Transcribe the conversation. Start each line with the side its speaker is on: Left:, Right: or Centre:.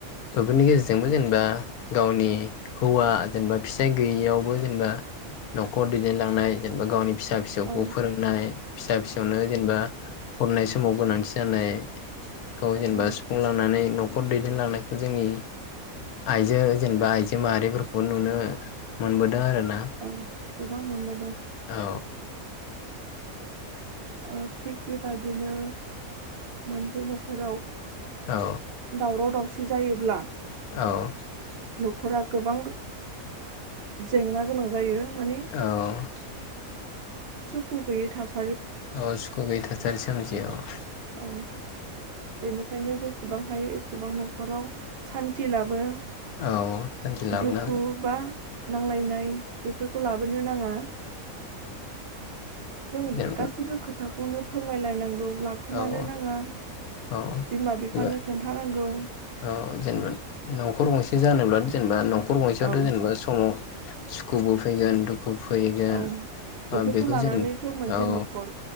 Left: बेफोरनि गेजेरजोंबो जेनेबा गावनि हौवा जेनेबा फिसाय गैयियावबो जेनेबा नखर दैदेनलांनाय जेनेबा गावनि फिसा फिसौखौ
Right: औ
Left: नाय फिसा फिसौनो जेनेबा फरायनाय समाव गोनांथि जानाय खौ जेनेबा
Right: औ
Left: सुफुंलांनानै न नखर दैदेनलांनायखौ जोंनि आइजो जेनेबा आइजो माहारिफोरखौ नुनो मोनबोदों आरो।
Right: औ गोबां मोनबो
Left: औ
Right: अ थिग बेबादिनो मोनसे नखराव
Left: औ
Right: दावराव दावसि जायोब्ला
Left: औ
Right: नखरा गोबां जेंना गोनां जायो।
Left: औ
Right: माने सुखु गैयै थास
Left: ओ सुखु गैयै थासारि सोमजियो। औ
Right: औ बेनिखायनो जेसेबां हायो एसेबां नखराव सान्थि लाबो
Left: औ सान्थि लाबोनो
Right: दुखु
Left: हागोन
Right: बा नांलायनाय बेफोरखौ लाबोनो नांङा जों
Left: औ
Right: गासिबो खोथाखौनो फोरमायलायनांगौ लाखुमानो
Left: औ औ
Right: नांङा
Left: औ
Right: बिमा बिफानो
Left: एबा
Right: खोनथानां गौ
Left: औ जेनेबा नखर गंसे जानोब्ला जेनेबा न खर गंसेआथ
Right: औ
Left: जेनेबा समाव सुखुबो फैगोन दु खु फैगोन
Right: औ बेफोरखौ
Left: ओ बेखौ
Right: लानानैथ'
Left: जेनबा
Right: मोनसे
Left: औ
Right: न'खर